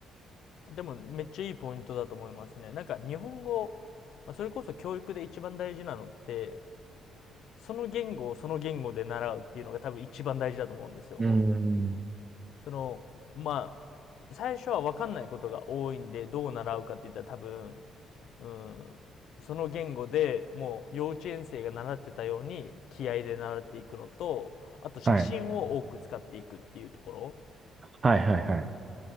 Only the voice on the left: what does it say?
でもめっちゃいいポイントだと思いますね。なんか日本語、それこそ教育で一番大事なのって、その言語をその言語で習うっていうのが多分一番大事だと思うんですよ。
その、まあ、最初は分かんないことが多いんで、どう習うかって言ったら多分、うん、その言語でもう幼稚園生が習ってたように気合で習っていくのと、あと写真を多く使っていくっていうところ。